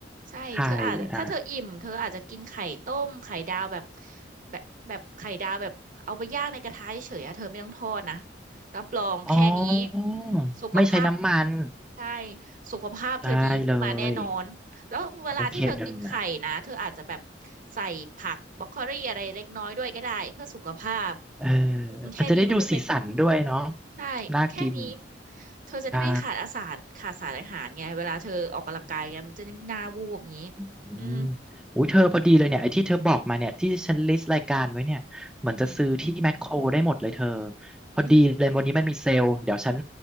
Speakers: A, on the right; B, in the centre.
A: ใช่เธออาจจะถ้าเธออิ่มเธออาจจะกินไข่ต้มไข่ดาวแบบ
B: ไข่อ่ะ
A: แบบแบบไข่ดาวแบบเอาไปย่างในกระทะเฉยๆอะเธอไม่ต้องทอดนะรับรองแค่นี้
B: อ๋อ
A: สุขภาพ
B: ไม่ใช้น้ำมัน
A: ใช่สุขภาพเธอดีขึ้นมาแน่นอนแล้วเวลาที่เธอกินไข่นะเธออาจจะแบบ
B: ได้เลยโอเคเดี๋ยวนะ
A: ใส่ผักบรอกโคลีอะไรเล็กน้อยด้วยก็ได้เพื่อสุขภาพ
B: เออ
A: อืมแค่นี้มันก็เป็น
B: อาจจะได้ดูสีสันด้วยเนาะ
A: ใช่แค่นี้
B: น่ากิน
A: เธอจะได้ไม่ขาดอาสาขาดสารอาหารไงเวลาเธอออกกำลังกายไงมันจะได้ไม่หน้าวูบอย่างนี้
B: ได้ อืม
A: อืม
B: อุ้ยเธอพอดีเลยเนี่ยไอ้ที่เธอบอกมาเนี่ยที่ฉันลิสต์รายการไว้เนี่ยเหมือนจะซื้อที่แมคโครได้หมดเลยเธอ
A: อืม
B: พอดีเลยวันนี้มันมีเซลล์เดี๋ยวฉัน
A: อืม